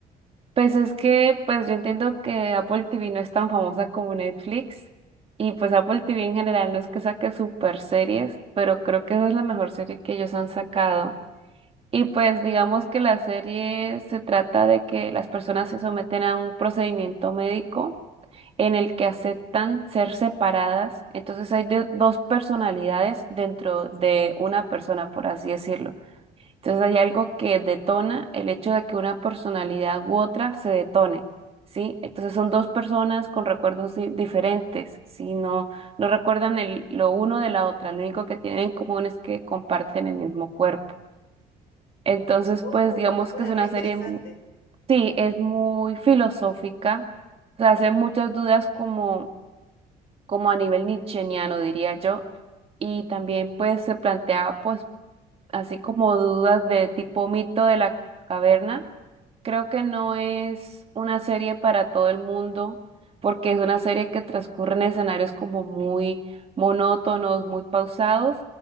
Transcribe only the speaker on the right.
pues es que, pues yo entiendo que Apple TV no es tan famosa como Netflix y pues Apple TV en general no es que saque super series, pero creo que esa es la mejor serie que ellos han sacado. Y pues digamos que la serie se trata de que las personas se someten a un procedimiento médico en el que aceptan ser separadas. Entonces hay de- dos personalidades dentro de una persona, por así decirlo. Entonces hay algo que detona el hecho de que una personalidad u otra se detone, ¿sí? Entonces son dos personas con recuerdos di- diferentes, ¿sí? No, no recuerdan el- lo uno de la otra. Lo único que tienen en común es que comparten el mismo cuerpo. Entonces,
pues digamos
que es una
serie, mu- sí, es muy filosófica, o sea, hace muchas dudas como, como a nivel nietzscheano, diría yo, y también pues se plantea pues, así como dudas de tipo mito de la caverna, creo que no es una serie para todo el mundo, porque es una serie que transcurre en escenarios como muy monótonos, muy pausados,